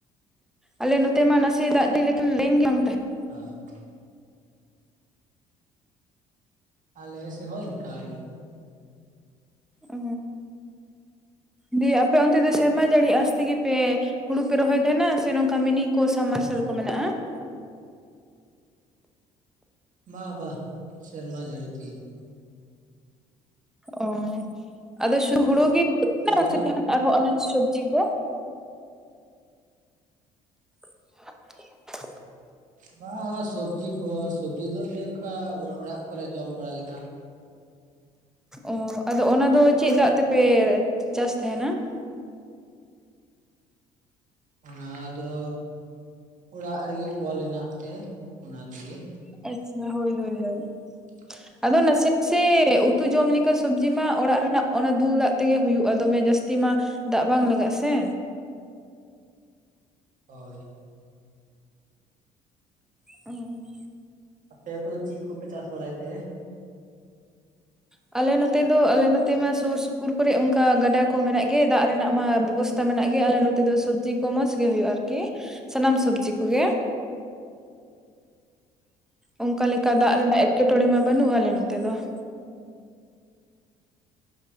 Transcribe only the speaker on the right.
ᱟᱪᱪᱷᱟ ᱟᱞᱮ ᱥᱮᱫ ᱦᱚᱸ ᱮᱱᱠᱟ ᱜᱮ ᱾
ᱵᱟ ᱵᱟᱦ ᱥᱮᱨᱢᱟ ᱡᱟᱹᱲᱤ ᱛᱮᱜᱮ ᱾
ᱟᱯᱮ ᱠᱚᱫᱚ
ᱵᱟ ᱥᱚᱵᱽᱡᱤ ᱠᱚ ᱥᱚᱵᱽᱡᱤ ᱫᱚ ᱚᱱᱮ ᱚᱱᱠᱟ ᱚᱲᱟᱜ ᱠᱚᱨᱮ ᱡᱚᱢ ᱵᱟᱲᱟ ᱞᱮᱠᱟ ᱾
ᱚᱱᱟ ᱫᱚ ᱚᱲᱟᱜ ᱨᱮᱜᱮ ᱠᱚᱞ ᱦᱮᱱᱟᱜ ᱛᱮ ᱚᱱᱟᱛᱴ ᱛᱮᱜᱮ ᱾
<inaudible>
ᱦᱳᱭ
ᱟᱯᱮ ᱠᱚᱫᱚ ᱪᱤᱜ ᱠᱚᱯᱮ ᱪᱟᱥ ᱵᱟᱲᱟᱭ ᱛᱮ ᱾ <inaudible>